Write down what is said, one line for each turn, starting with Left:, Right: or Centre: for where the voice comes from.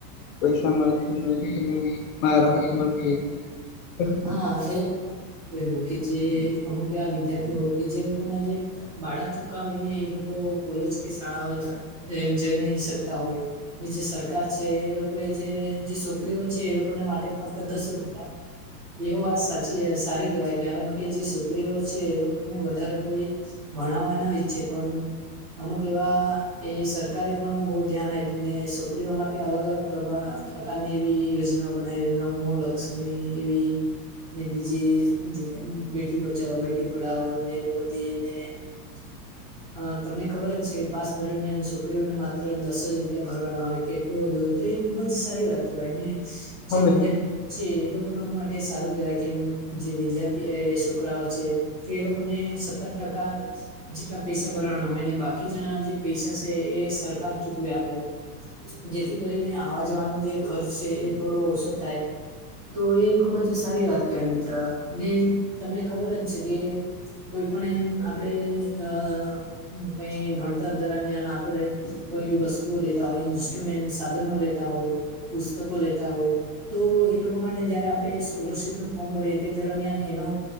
Left: પૈસા મળે છે. રાહત મળ <unintelligible>
Right: હા એ એમ કે જે અમુક એવા વિદ્યાર્થી હોય કે જે લોકોના જે ભાડા ચુકાવીને એ લોકો કોલેજ કે શાળાઓ એમ જઈ નહી શકતા હોય ની જે સરકાર છે એ લોકો એ જે જે છોકરીઓ છે એ લોકોને માટે ફક્ત દસ રૂપિયા એ વાત સાચી સારી કહેવાય કારણ કે જે છોકરીઓ છે એ લોકોને વધારે તોઈ ભણાવવા ન ઈચ્છે પણ અમુક એવા એ સરકારે પણ બહુ ધ્યાન આપ્યું ને છોકરીઓ માટે અલગ અલગ પ્રભ પ્રકારની એવી યોજનાઓ બનાવી નમો લક્ષ્મી એવી ને બીજી જગ્યા બેટી બચાવો બેટી પઢાવો ને એવ બધીને <inaudible> અ તમને ખબર જ છે કે પાસ દરમિયાન છોકરીઓને માત્ર દસ જ રૂપિયા ભરવાના હોય કે દૂર તો એ ખૂબ જ સારી વાત કેહેવાય ને જે
Left: હા મિત્ર
Right: વિદ્યાર્ છે એ રૂ કૉનો માટે સારું કેવાય કે જે વિદ્યાર્થી એ છોકરાઓ છે કે એ લોકોને સત્તર ટકા જેટલા પૈસા બરવાના હોય ને બાકી જના જે પૈસા છે એ સરકાર ચૂકવી આપે. જેથી કરીને આવા જવાનો જે ખર્ચ છે એ થોડો ઓછો થાય. તો એ ખુબ જ સારી વાત કહેવાય મિત્ર ને તમને ખબર જ છે કે કોઈ પણ એમ આપડે અ કઈ ભણતર દરમિયાન આપડે કોઈ વસ્તુઓ લેતા હોય ઈન્સ્ટ્રુમેન્ટ સાધનો લે તા હોય પુસ્તકો લેતા હોય તો એ લો કો માટે જયારે આપણે સ્કોલરશીપનુ ફોર્મ ભરીએ તે દરમિયાન એનો